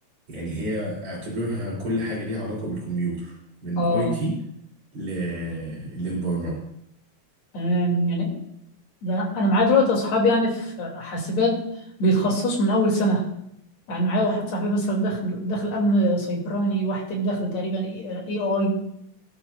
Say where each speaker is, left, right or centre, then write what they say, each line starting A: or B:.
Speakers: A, on the right; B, on the left.
A: يعني هي اعتبرها كل حاجة ليها علاقة بالكمبيوتر من
B: اه
A: اي تي للبرمجة
B: تمام يعني ده انا أنا معايا دلوقتي اصحاب يعني في حاسبات بيتخصصوا من اول سنه يعني معايا واحد صاحبي مثلا دخل دخل امن سيبراني واحد تاني دخل تقريبا اي اي